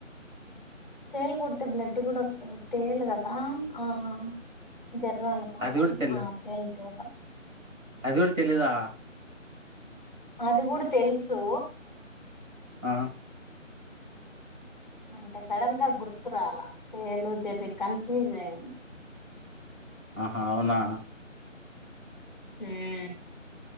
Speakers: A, in the centre; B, on the right.
A: తేలు కుడితే బ్లడ్ కూడ వస్తద? తేలు కదా ఆ ఆ జర్రాని అంట
B: అది కూడా తెలీదు
A: ఆ పెల్ తెల
B: అది కూడ తెలీదా?
A: అది కుడ తెలుసు
B: ఆ
A: అంటే సడన్ గా గుర్తురాలా. తేలు, జెర్రీ కన్ఫ్యూజ్ అయింది.
B: ఆహ అవునా
A: ఉమ్